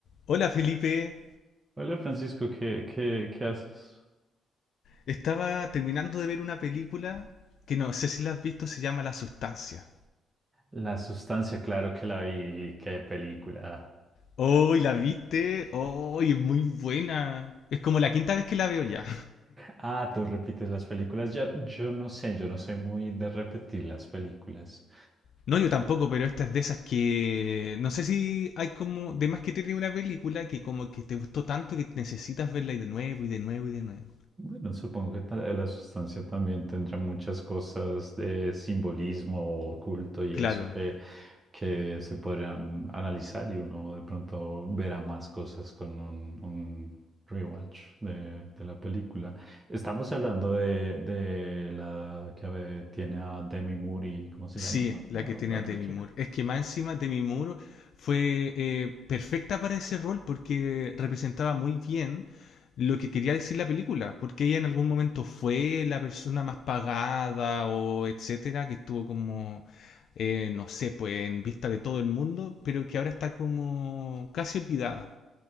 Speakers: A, on the left; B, on the right.
A: Hola Felipe,
B: Hola Francisco, ¿qué, qué, qué haces?
A: estaba terminando de ver una película que no sé si la has visto, se llama La Sustancia.
B: La sustancia, claro que la vi, qué película.
A: ¡Oh, y la viste! ¡Oh, y es muy buena! Es como la quinta vez que la veo ya.
B: Ah, tú repites las películas. Yo, yo no sé, yo no soy muy de repetir las películas.
A: No, yo tampoco, pero esta es de esas que... No sé si hay como... De más que tiene una película que como que te gustó tanto que necesitas verla y de nuevo y de nuevo y de nuevo.
B: Bueno, supongo que ta- la sustancia también tendrá muchas cosas de simbolismo oculto y
A: Claro.
B: eso que, que se podrían analizar y uno de pronto verá más cosas con un, un rewatch de, de la película. Estamos hablando de, de la que tiene a Demi Moore y ¿cómo se
A: Sí,
B: llama?
A: la
B: La,
A: que tiene
B: la otra
A: a Demi
B: chica.
A: Moore. Es que más encima Demi Moore fue eh, perfecta para ese rol porque representaba muy bien lo que quería decir la película, porque ella en algún momento fue la persona más pagada o etcétera, que estuvo como, eh, no sé, pues en vista de todo el mundo, pero que ahora está como casi olvidada,